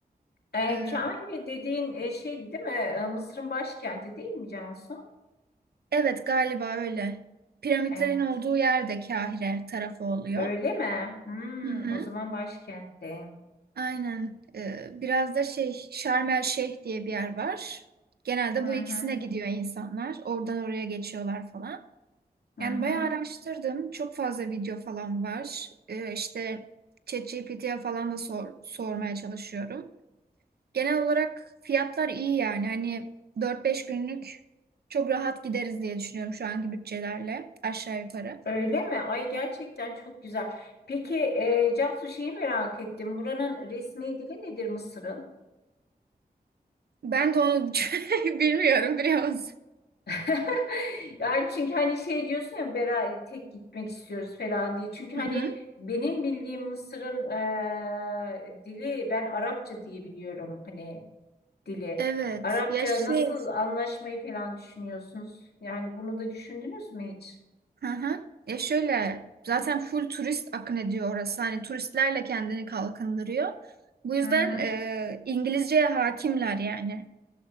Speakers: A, on the left; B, on the right.
A: E,
B: Ee,
A: Kahire dediğin e, şey değil mi? E, Mısır'ın başkenti değil mi Cansu?
B: Evet galiba öyle. Piramitlerin
A: Evet.
B: olduğu yerde Kahire tarafı oluyor.
A: Öyle mi? Hmm,
B: Hı hı.
A: o zaman başkentte.
B: Aynen. Ee, biraz da şey Şarm El Şeyh diye bir yer var. Genelde
A: Hı
B: bu ikisine
A: hı.
B: gidiyor insanlar. Oradan oraya geçiyorlar falan.
A: Hı
B: Yani
A: hı.
B: bayağı araştırdım. Çok fazla video falan var. Ee, işte ChatGPT'ye falan da sor, sormaya çalışıyorum. Genel olarak fiyatlar iyi yani. Hani dört beş günlük çok rahat gideriz diye düşünüyorum şu anki bütçelerle aşağı yukarı.
A: Öyle mi? Ay gerçekten çok güzel. Peki e, Cansu şeyi merak ettim. Buranın resmi dili nedir Mısır'ın?
B: Ben de onu <laughs> bilmiyorum biliyor musun?
A: <laughs> Yani çünkü hani şey diyorsun ya beraber tek gitmek istiyoruz falan diye. Çünkü
B: Hı
A: hani
B: hı.
A: benim bildiğim Mısır'ın eee, dili ben Arapça diye biliyorum hani dili.
B: Evet.
A: Arapça
B: Ya şey
A: nasıl anlaşmayı falan düşünüyorsunuz? Yani bunu da düşündünüz mü hiç?
B: Hı hı. Ya şöyle zaten full turist akın ediyor orası. Hani turistlerle kendini kalkındırıyor. Bu yüzden
A: Hı hı.
B: e, İngilizceye hakimler yani.